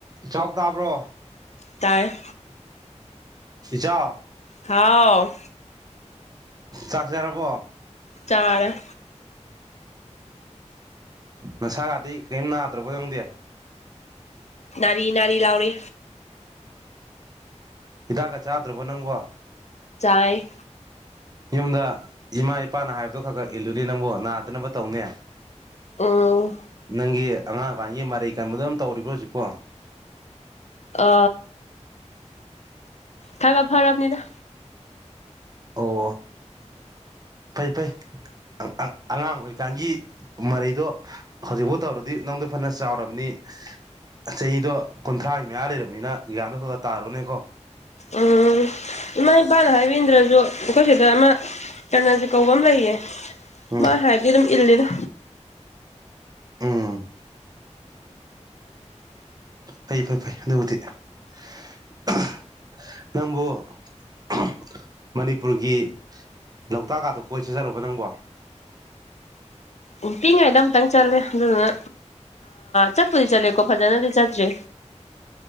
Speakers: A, on the right; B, on the left.
A: ꯏꯆꯥꯎ ꯇꯥꯕ꯭ꯔꯣ
B: ꯇꯥꯏꯌꯦ
A: ꯏꯖꯥꯛ
B: ꯍꯥꯎ
A: ꯆꯥꯛ ꯆꯥꯔꯕꯣ
B: ꯆꯥꯔꯦ
A: ꯅꯁꯥꯒꯥꯗꯤ ꯀꯦꯝ ꯅꯥꯗ꯭ꯔꯕ ꯅꯪꯗꯤ
B: ꯅꯥꯔꯤ ꯅꯥꯔꯤ ꯂꯥꯎꯔꯤ
A: ꯍꯤꯗꯥꯛꯀ ꯆꯥꯗ꯭ꯔꯕꯣ ꯅꯪꯕꯣ
B: ꯆꯥꯏ
A: ꯌꯨꯝꯗ ꯏꯃꯥ ꯏꯄꯥꯅ ꯍꯥꯏꯕꯗꯣ ꯈꯔ ꯈꯔ ꯏꯂꯨꯅꯦ ꯅꯪꯕꯣ ꯅꯥꯗꯅꯕ ꯇꯧꯅꯦ
B: ꯎꯝ
A: ꯅꯪꯒꯤ ꯑꯉꯥꯡ ꯑꯣꯏꯔꯤꯀꯥꯟꯒꯤ ꯃꯔꯩ ꯀꯟꯕꯗꯣ ꯑꯗꯨꯝ ꯇꯧꯔꯤꯕꯣ ꯍꯧꯖꯤꯛꯄꯣ
B: ꯑ ꯈꯒ ꯐꯔꯝꯅꯤꯗ
A: ꯑꯣ ꯐꯩ ꯐꯩ ꯑꯛ ꯑꯛ ꯑꯉꯥꯡ ꯑꯣꯏꯔꯤꯀꯥꯟꯒꯤ ꯃꯔꯩꯗꯣ ꯍꯧꯖꯤꯛꯐꯥꯎ ꯇꯧꯔꯗꯤ ꯅꯪꯗꯣ ꯐꯅ ꯆꯥꯎꯔꯕꯅꯤ ꯆꯍꯤꯗꯣ ꯀꯨꯟꯊ꯭ꯔꯥꯒꯤ ꯃꯌꯥ ꯂꯩꯔꯝꯅꯤꯅ ꯒ꯭ꯌꯥꯟꯗꯣ ꯈꯒ ꯈꯒ ꯇꯥꯔꯣꯅꯦꯀꯣ
B: ꯎꯝ ꯏꯃꯥ ꯏꯄꯥꯅ ꯍꯥꯏꯕꯤꯟꯗ꯭ꯔꯁꯨ ꯑꯩꯈꯣꯏ ꯁꯤꯗ ꯑꯃ ꯀꯔꯅꯖꯤꯠ ꯀꯧꯕ ꯑꯃ ꯂꯩꯌꯦ
A: ꯎꯝ
B: ꯃꯥ ꯍꯥꯏꯕꯗꯤ ꯑꯗꯨꯝ ꯏꯜꯂꯤꯗꯥ
A: ꯎꯝ ꯐꯩ ꯐꯩ ꯐꯩ ꯑꯗꯨꯕꯨꯗꯤ <unintelligible> ꯅꯪꯕꯨ <unintelligible> ꯃꯅꯤꯄꯨꯔꯒꯤ ꯂꯣꯛꯇꯥꯛꯀꯥꯗꯣ ꯀꯣꯏ ꯆꯠꯆꯔꯕꯣ ꯅꯪꯕꯣ
B: ꯎꯝ ꯄꯤꯛꯉꯥꯏꯗ ꯑꯃꯨꯛꯇꯪ ꯆꯠꯂꯦ ꯑꯗꯨꯗꯨꯅ ꯆꯠꯄꯨꯗꯤ ꯆꯠꯂꯦꯀꯣ ꯐꯖꯅꯗꯤ ꯆꯠꯇ꯭ꯔꯤ